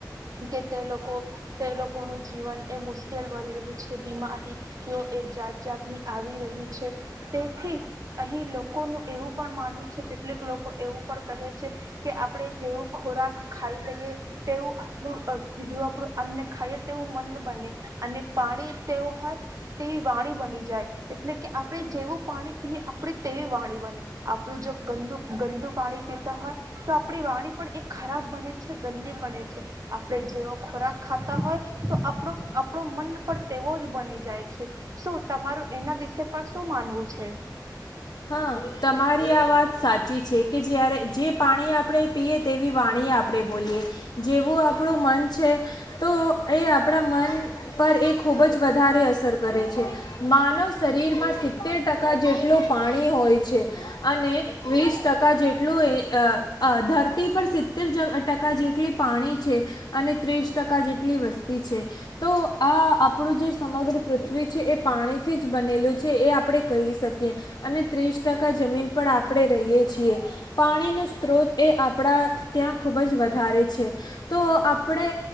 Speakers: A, on the right; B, on the left.
A: કે તે લોકો તે લોકોનું જીવન એ મુશ્કેલ બની રહ્યું છે બીમારીઓ એ જાત જાતની આવી રહી છે તેથી અહીં લોકોનું એવું પણ માનવું છે કેટલીક લોકો એ પણ કહે છે કે આપણે જેવું ખોરાક ખાઈ લઈએ તેવું આપણું જો આપડું અન્ન ખાઈએ તેવું મન બને અને- પાણી તેવું હોય તેવી વાણી બની જાય. એટલે કે આપણે જેવું પાણી પીએ આપડે તેવી વાણી બને આપણું જો ગંદુક ગંદુ હો તો આપણી વાણી પણ એ ખરાબ બને છે ગંદી બને છે, આપણે જેવો ખોરાક ખાતા હોય તો આપ આપણો મન પણ તેવો જ બની જાય છે. શું તમારું એના વિશે પણ શું માનવું છે?
B: હા તમારી આ વાત સાચી છે કે જ્યારે જે પાણી આપણે પીએ તેવી વાણી આપણે બોલીએ જેવું આપણું મન છે તો એ આપણા મન પર એક ખૂબ જ વધારે અસર કરે છે. માનવ શરીરમાં સિત્તેર ટકા જેટલું પાણી હોય છે અને વીસ ટકા જેટલું એ અ અ ધરતી પર સિત્તેર ટકા જેટલી પાણી છે અને ત્રીસ ટકા જેટલી વસ્તી છે તો આ આપણું જે સમગ્ર પૃથ્વી છે એ પાણીથી જ બનેલું છે એ આપણે કહી શકીએ અને ત્રીસ ટકા જમીન પણ આપણે રહીએ છીએ. પાણીનું સ્ત્રોત એ આપણા ત્યાં ખૂબ જ વધારે છે તો આપણે